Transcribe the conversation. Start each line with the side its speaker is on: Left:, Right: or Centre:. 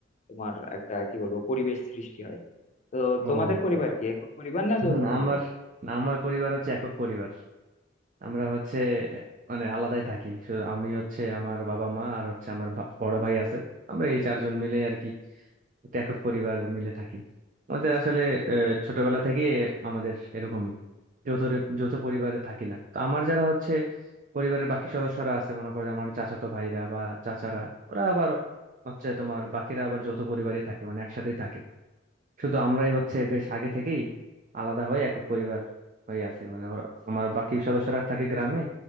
Left: তোমার একটা কি বলবো পরিবেশ সৃষ্টি হয় তো
Right: ও
Left: তোমাদের পরিবার কি একক পরিবার না যৌথ
Right: না
Left: পরিবার
Right: আমার না আমার পরিবার হচ্ছে একক পরিবার আমরা হচ্ছে মানে আলাদাই থাকি শুধু আমি হচ্ছে আমার বাবা মা আর হচ্ছে আমার ভা- বড় ভাই আছে আমরা এই চারজন মিলে আর কি একটা একক পরিবার মিলে থাকি আমাদের আসলে আহ, ছোটবেলা থেকে আমাদের এরকমই যৌথ রে- যৌথ পরিবারে থাকি না তো আমার যারা হচ্ছে পরিবারের বাকি সদস্যরা আছে মনে করো যে আমার চাচাতো ভাইরা বা চাচারা ওরা আবার হচ্ছে তোমার বাকিরা আবার যৌথ পরিবারেই থাকে মানে একসাথেই থাকে শুধু আমরাই হচ্ছে বেশ আগে থেকেই আলাদা হয়ে একক পরিবার হয়ে আছি মানে ওরা আমার বাকি সদস্যরা থাকে গ্রামে